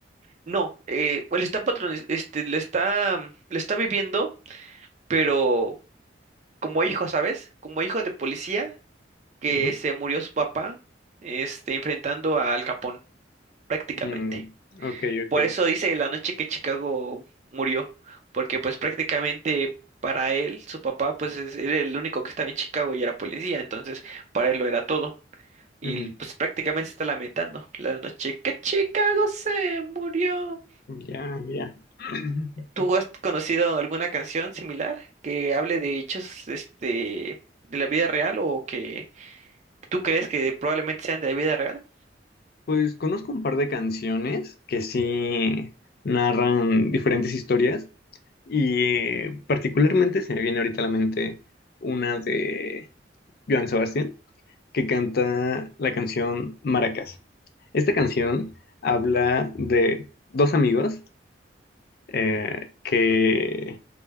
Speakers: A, on the right (about 40°); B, on the left (about 55°).
A: no, eh, él está patroniz- este, le está, mm, le está viviendo, pero como hijo, ¿sabes? Como hijo de policía que
B: Ujú.
A: se murió su papá, este, enfrentando a Al Capón, prácticamente.
B: Mm, ok, ok.
A: Por eso dice la noche que Chicago murió, porque pues prácticamente para él, su papá, pues es- era el único que estaba en Chicago y era policía, entonces para él lo era todo. Y
B: Ujú.
A: pues prácticamente se está lamentando la noche que Chicago se murió.
B: Ya, ya. <clears throat>
A: ¿Tú has conocido alguna canción similar que hable de hechos, este, de la vida real o que tú crees que probablemente sean de la vida real?
B: Pues conozco un par de canciones que sí narran diferentes historias y eh, particularmente se me viene ahorita a la mente una de Joan Sebastián que canta la canción Maracas. Esta canción habla de dos amigos eh, que